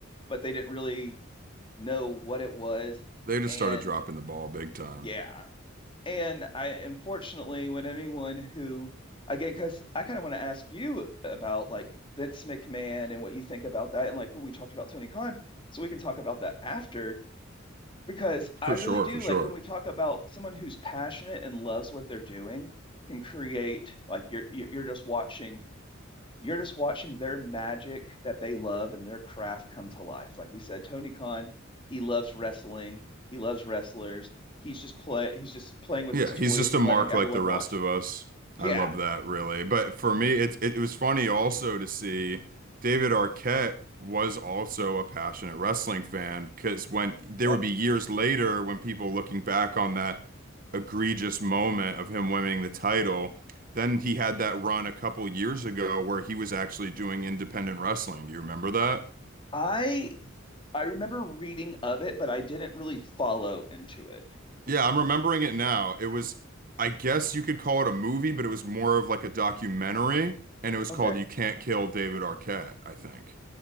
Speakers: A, on the left (about 25°); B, on the right (about 45°).
A: but they didn't really know what it was.
B: they just
A: And
B: started dropping the ball big time.
A: yeah. And I unfortunately, when anyone who, again, because I kind of want to ask you about like Vince McMahon and what you think about that. And like, oh, we talked about Tony Khan, so we can talk about that after, because I
B: For
A: really
B: sure,
A: do
B: for sure.
A: like when we talk about someone who's passionate and loves what they're doing, can create like you're you're you're just watching you're just watching their magic that they love and their craft come to life. Like we said, Tony Khan, he loves wrestling, he loves wrestlers. He's just play he's just playing with
B: Yeah,
A: his toys
B: he's just
A: and
B: a mark
A: letting everyone
B: like the rest
A: watching.
B: of us.
A: Yeah.
B: I love that really. But for me, it, it it was funny also to see David Arquette was also a passionate wrestling fan because when there
A: Yep.
B: would be years later when people looking back on that egregious moment of him winning the title, then he had that run a couple years ago where he was actually doing independent wrestling. Do you remember that?
A: I I remember reading of it, but I didn't really follow into it.
B: Yeah, I'm remembering it now. It was, I guess you could call it a movie, but it was more of like a documentary, and it was
A: Okay.
B: called "You Can't Kill David Arquette," I think.